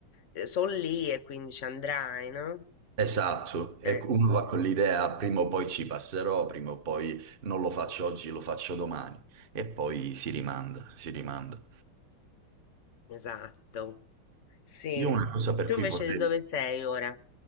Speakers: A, on the left (about 50°); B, on the right (about 40°).
A: eh, sono lì e quindi ci andrai, no?
B: Esatto, e
A: Eh,
B: uno va con l'idea, prima o poi ci passerò, prima o poi non lo faccio oggi, lo faccio domani, e poi si rimanda, si rimanda.
A: esatto, sì.
B: Io una cosa per
A: Tu
B: cui
A: invece
B: vorrei
A: di dove sei ora?